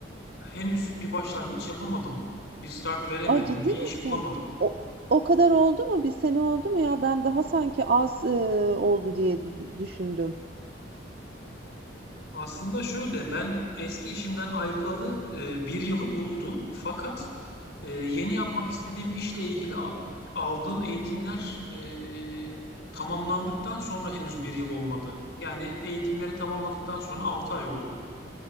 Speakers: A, on the left; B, on the right.
A: henüz bir başlangıç yapamadım. Bir start veremedim,
B: Ay, ciddi
A: bir iş
B: misin?
A: bulamadım.
B: O o kadar oldu mu? Bir sene oldu mu ya? Ben daha sanki az, ııı, oldu diye düşündüm.
A: Aslında şöyle, ben eski işimden ayrılalı e, bir yılı buldu. Fakat e, yeni yapmak istediğim işle ilgili a- aldığım eğitimler e, tamamlandıktan sonra henüz bir yıl olmadı. Yani eğitimleri tamamladıktan sonra 6 ay oldu.